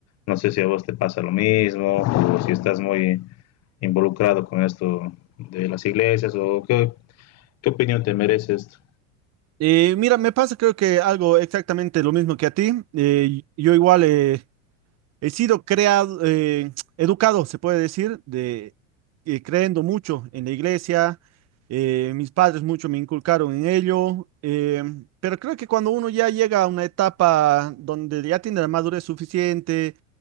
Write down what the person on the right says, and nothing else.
Eh, mira, me pasa creo que algo exactamente lo mismo que a ti. Eh, yo igual eh, He sido creado, eh, educado, se puede decir, de, eh, creyendo mucho en la iglesia. eh, mis padres mucho me inculcaron en ello, eh, pero creo que cuando uno ya llega a una etapa donde ya tiene la madurez suficiente